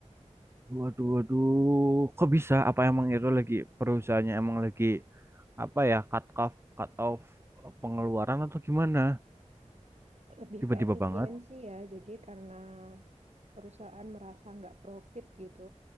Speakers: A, on the right; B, on the right.
A: Waduh, waduh, kok bisa? Apa emang itu lagi perusahaannya emang lagi apa ya cut off, cut off eh, pengeluaran atau gimana?
B: lebih
A: Tiba-tiba
B: ke efisiensi
A: banget?
B: ya. Jadi karena perusahaan merasa nggak profit gitu,